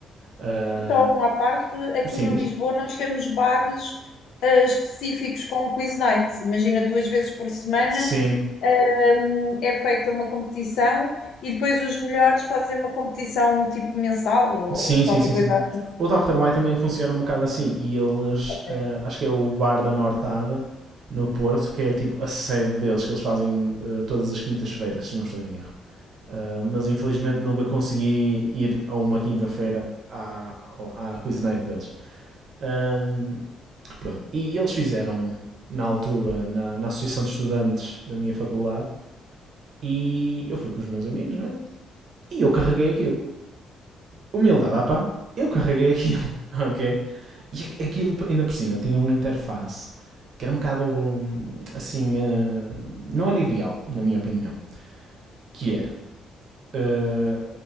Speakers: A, on the right; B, on the left.
A: Uh,
B: Então, à parte, aqui
A: assim
B: em
A: diz?
B: Lisboa nós temos bares eh, específicos com quiz night. Imagina duas vezes por semana
A: Sim,
B: hum, é feita uma competição e depois os melhores fazem uma competição tipo mensal ou
A: Sim,
B: qualquer
A: sim, sim,
B: coisa
A: sim.
B: assim.
A: O Dr. White também funciona um bocado assim. E eles,
B: Ok,
A: eh, acho que é o Bar da Nortada, no Porto, que é tipo a sede deles, que eles fazem eh, todas as quintas-feiras, se não estou em erro. Eh, mas infelizmente nunca consegui ir a uma quinta-feira à, à Quiz Night deles. Ahm, pronto. E eles fizeram, na altura, na, na Associação de Estudantes da minha faculdade, e eu fui com os meus amigos, não é? E eu carreguei aquilo. humildade à parte, eu carreguei aquilo, <laughs> ok? E aquilo ainda por cima tinha uma interface que era um bocado assim, eh, não era ideal, na minha opinião. Que era, eh,